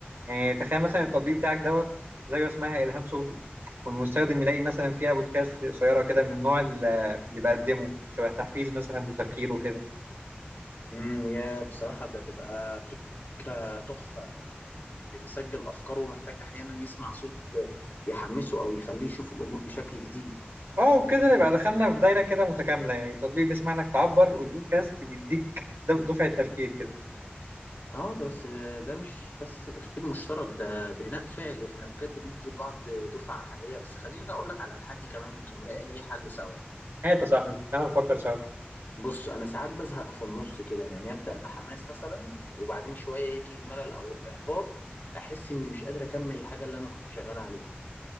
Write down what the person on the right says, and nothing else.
يعني تخيل مثلا التطبيق بتاعك دوت زي اسمها الهام صوتي والمستخدم يلاقي مثلا فيها بودكاست قصيرة كده من النوع ال- اللي بقدمه شبه تحفيز مثلا وتفكير وكده
اه وبكده نبقى دخلنا في دايرة كده متكاملة يعني التطبيق بيسمع لك تعبر والبودكاست بيديك د- دفعة تفكير كده
هات يا صاحبي تعال نفكر سوا